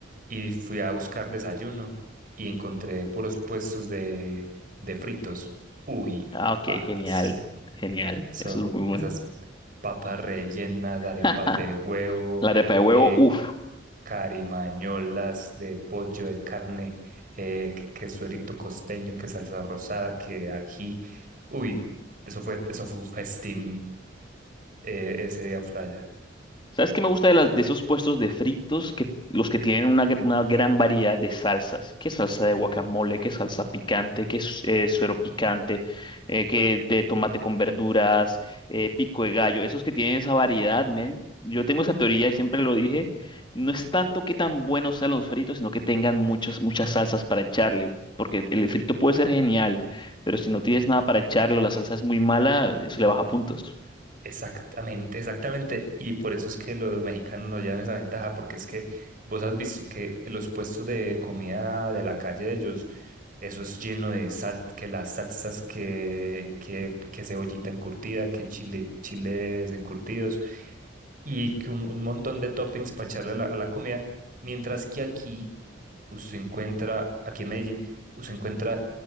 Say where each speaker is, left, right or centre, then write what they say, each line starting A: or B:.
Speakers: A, on the right; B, on the left.
A: y fui a buscar desayuno y encontré puros puestos de, de fritos. Uy,
B: Ah, ok,
A: pars.
B: genial, genial,
A: So,
B: eso es muy bueno.
A: esas papas rellenas, arepas
B: <laughs>
A: de huevo,
B: La arepa de huevo,
A: eh,
B: uff.
A: carimañolas de pollo, de carne, eh, que, que suerito costeño, que salsa rosada, que ají. Uy, eso fue, eso fue un festín eh, ese día por allá.
B: ¿Sabes qué me gusta de, las, de esos puestos de fritos? Que, los que tienen una, gr- una gran variedad de salsas. ¿Qué salsa de guacamole? ¿Qué salsa picante? ¿Qué su- eh, suero picante? eh, ¿qué de tomate con verduras? eh, pico de gallo. Esos que tienen esa variedad, men. Yo tengo esa teoría y siempre lo dije. No es tanto que tan buenos sean los fritos, sino que tengan muchas, muchas salsas para echarle. Porque el frito puede ser genial, pero si no tienes nada para echarlo, la salsa es muy mala, eso le baja puntos.
A: Exactamente, exactamente. Y por eso es que los mexicanos nos llevan esa ventaja, porque es que vos has visto que los puestos de comida de la calle de ellos, eso es lleno de sal, que las salsas, que, que, que cebollita encurtida, que chile, chiles encurtidos y que un, un montón de toppings para echarle a la, a la comida. Mientras que aquí, usted encuentra, aquí en Medellín, usted encuentra